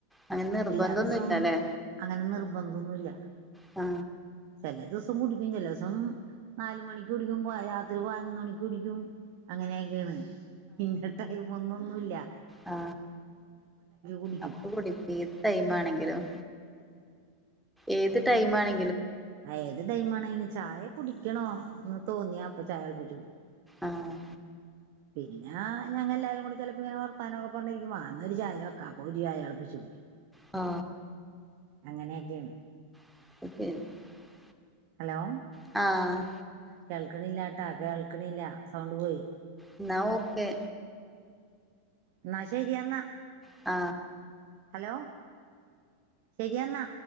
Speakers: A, in the centre; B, on the right (about 45°).
A: അങ്ങനെ നിർബന്ധൊന്നുല്ലല്ലേ
B: എല്ലാ ദിവസവും അങ്ങനെ നിർബ നിർബന്ധമൊന്നുമില്ല
A: അ
B: ചില ദിവസം കുടിക്കും ചില ദിവസം നാല് മണിക്ക് കുടിക്കും രാത്രി പതിനൊന്ന് മണിക്ക് കുടിക്കും അങ്ങനെക്കെയാണ് ഇന്ന ടൈമൊമൊന്നുല്ല
A: അ
B: കുടിക്കും
A: അപ്പോ കുടിക്കും ഏത് ടൈമാണെങ്കിലും ഏത് ടൈമാണേ
B: ആ ഏത് ടൈമാണെങ്കിലും ച ചായ കുടിക്കണം എന്ന് തോന്നിയാ അപ്പോ ചായ കുചും
A: ആഹ്
B: പിന്നാ ഞങ്ങളെല്ലാം കൂടെ ചിലപ്പോ വർത്തമാനമൊക്കെ പറഞ്ഞു കൊണ്ടിരിക്കുമ്പോ അന്നരം ഒരു ചായ ഒരു ചായ തിളപ്പിച്ചു കുടിക്കും
A: ആ
B: അങ്ങനെയൊക്കെയാണ്
A: <unintelligible>
B: ഹലോ
A: ആ
B: കേൾക്കണില്ലാട്ടോ കേൾ കേൾക്കണില്ല സൗണ്ട് പോയി
A: എന്നാ ഓകേ
B: എന്നാ ശരി എന്നാ
A: ആ
B: ഹലോ ശരിയെന്നാ